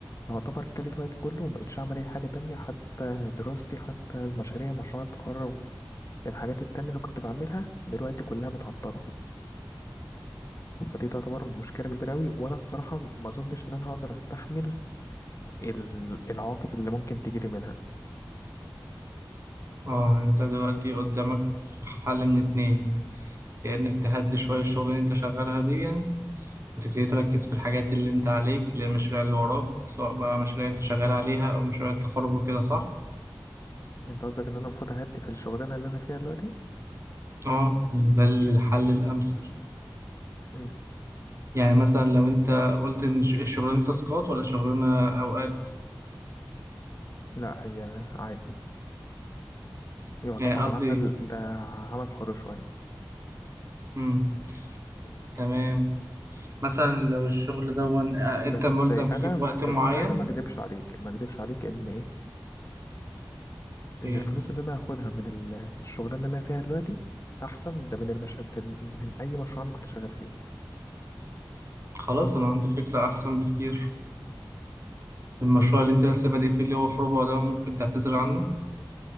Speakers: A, on the left; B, on the right.
A: يعتبر كلت وقت كله ومبقتش أعمل أي حاجة تانية حتى دراستي حتى المشاريع مشروع التخرج الحاجات التانية اللي كنت بعملها دلوقتي كلها متعطلة فدي تعتبر مشكلة كبيرة أوي وأنا الصراحة ما أظنش إن أنا هقدر أستحمل ال- العواقب اللي ممكن تجيلي منها
B: اه انت دلوقتي قدامك في حل من اتنين يا انك تهدي شوية الشغل اللي انت شغالها دي وتبتدي تركز في الحاجات اللي انت عليك للمشاريع اللي وراك سواء بقى مشاريع انت شغال عليها او مشاريع التخرج وكده صح؟
A: أنت قصدك إن أنا المفروض أهدي في الشغلانة اللي أنا فيها دلوقتي؟
B: اه ده الحل الامثل
A: مم.
B: يعني مثلا لو انت قلت ان الش- الشغلانة دي تاسكات ولا شغلانة اوقات
A: لا هي عادي يعتبر
B: يعني قصدي
A: عمل ده عمل حر شوية
B: امم تمام مثلا لو الشغل ده ون... آه،
A: بس
B: انت ملزم
A: أنا
B: فيه بوقت
A: بس
B: معين
A: أنا ما أكدبش عليك ما أكدبش عليك إن إيه إن
B: ايه
A: الفلوس اللي أنا هاخدها من ال- الشغلانة اللي أنا فيها دلوقتي أحسن ده من المشهد من أي مشروع أنا كنت شغال فيه
B: خلاص انا عندي فكرة احسن بكتير المشروع
A: قول
B: اللي انت لسه بادئ فيه اللي هو في ربع ده ممكن تعتذر عنه